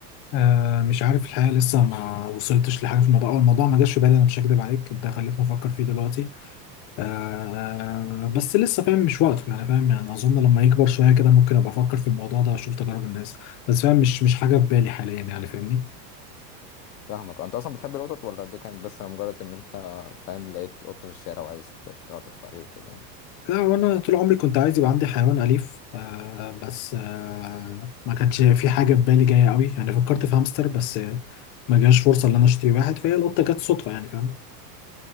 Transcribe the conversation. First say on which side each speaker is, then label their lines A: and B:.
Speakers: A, on the left (about 40°); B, on the left (about 80°).
A: آه مش عارف الحقيقة لسه ما وصلتش لحاجة في الموضوع أو الموضوع ما جاش في بالي أنا مش هكدب عليك أنت خليتني أفكر فيه دلوقتي آه بس لسه فاهم مش وقته يعني فاهم يعني أظن لما يكبر شوية كده ممكن أبقى أفكر في الموضوع ده وأشوف تجارب الناس بس فاهم مش مش حاجة في بالي حاليا يعني فاهمني
B: فاهمك انت اصلا بتحب القطط ولا دي كانت بس مجرد ان انت فاهم لقيت قط في الشارع وعايز ت- تعطف عليه وكده يعني
A: لا وأنا طول عمري كنت عايز يبقى عندي حيوان أليف آه بس آه ما كانش في حاجة في بالي جاية قوي يعني فكرت في هامستر بس آه، ما جاش فرصة إن أنا أشتري واحد فهي القطة جت صدفة يعني فاهم